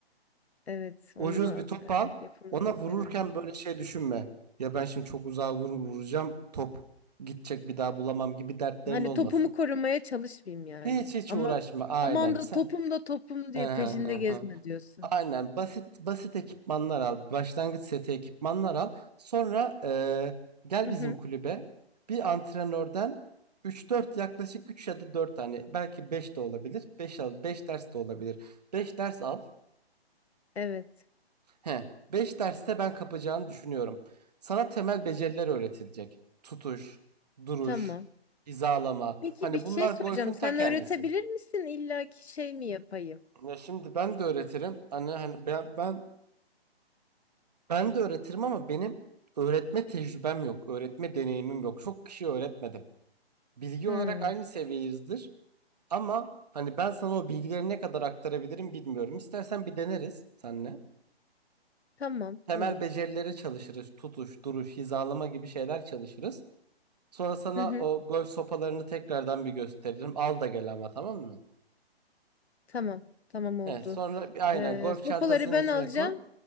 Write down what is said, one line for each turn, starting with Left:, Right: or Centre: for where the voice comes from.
Left: Evet,
Right: ucuz
Left: onunla
Right: bir top
Left: e,
Right: al.
Left: yapamayız
Right: Ona vururken
Left: yani.
Right: böyle şey düşünme. Ya ben şimdi çok uzağa vur- vuracağım. Top gidecek bir daha bulamam gibi dertlerin
Left: Hani
Right: olmasın.
Left: topumu korumaya çalışmayayım yani.
Right: Hiç hiç
Left: Ama
Right: uğraşma. Aynen
Left: aman da
Right: sen.
Left: topum da topum diye
Right: Hı hı
Left: peşinde
Right: hı
Left: gezme
Right: hı.
Left: diyorsun.
Right: Aynen basit basit ekipmanlar al. Başlangıç seti ekipmanlar al. Sonra eee, gel
Left: Hı
Right: bizim
Left: hı.
Right: kulübe. Bir antrenörden üç dört yaklaşık üç ya da dört tane belki 5 de olabilir. 5 al 5 ders de olabilir. 5 ders al.
Left: Evet.
Right: He, 5 derste ben kapacağını düşünüyorum. Sana temel beceriler öğretilecek. Tutuş, duruş,
Left: Tamam.
Right: hizalama.
Left: Peki
Right: Hani
Left: bir şey
Right: bunlar
Left: soracağım.
Right: golfün ta
Left: Sen
Right: kendisi.
Left: öğretebilir misin? İlla ki şey mi yapayım?
Right: Ya şimdi ben de öğretirim. Hani, hani ben, ben ben de öğretirim ama benim öğretme tecrübem yok. Öğretme deneyimim yok. Çok kişi öğretmedim. Bilgi
Left: Hmm.
Right: olarak aynı seviyeyizdir. Ama hani ben sana o bilgileri ne kadar aktarabilirim bilmiyorum. İstersen bir deneriz senle.
Left: Tamam.
Right: Temel
Left: Olur.
Right: becerileri çalışırız. Tutuş, duruş, hizalama gibi şeyler çalışırız. Sonra sana
Left: Hı hı.
Right: o golf sopalarını tekrardan bir gösteririm. Al da gel ama tamam mı?
Left: Tamam. Tamam oldu.
Right: He, sonra bir, aynen
Left: Ee,
Right: golf çantasının
Left: sopaları ben
Right: içine
Left: alacağım.
Right: koy.